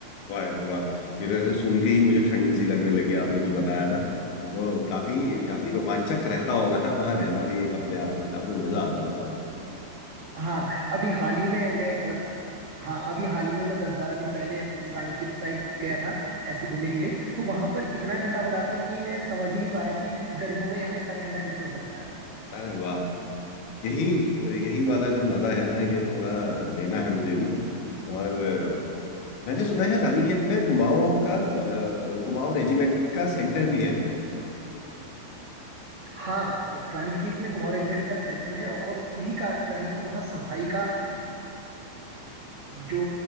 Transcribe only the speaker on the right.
हाँ अभी हाल ही में मैं दस हाँ अभी हाल ही में मैं दस बारह दिन पहले रानीखेत साइड गया था ऐसे ही घूमने के लिए तो वहां पर इतना ठंडा हो रहा था कि मैं समझ ही नहीं पाया कि गर्मियों में यहाँ इतना ठंडा कैसे हो सकता है
हाँ रानीखेत में कुमार रेजिमेंट का सेंटर है और यही कारण है कि वहाँ सफाई का जो